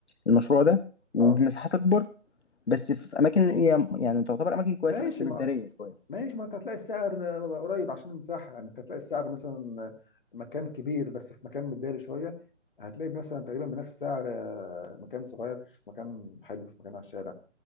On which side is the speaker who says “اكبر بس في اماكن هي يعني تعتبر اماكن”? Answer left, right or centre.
Left